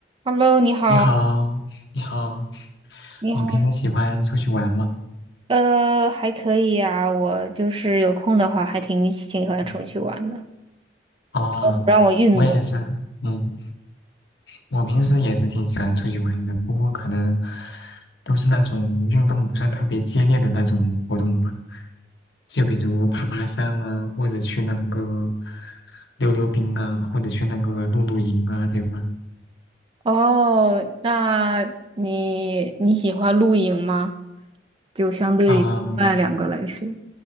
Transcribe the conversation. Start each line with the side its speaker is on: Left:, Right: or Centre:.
Right: Hello，你好，
Left: 你好，你好，
Right: 你好，
Left: 你平时喜欢出去玩吗？
Right: 呃，还可以呀、我就是有空的话，还挺挺喜欢出去玩的，
Left: 嗯，哦，
Right: 不让我运动。
Left: 我也是，嗯，我平时也是挺喜欢出去玩的，不过可能都是那种运动不算特别激烈的那种活动吧，就比如爬爬山啊，或者去那个溜溜冰啊，或者去那个露露营啊，对吧？
Right: 哦，那你你喜欢露营吗？就相对于另外两个来说，
Left: 嗯，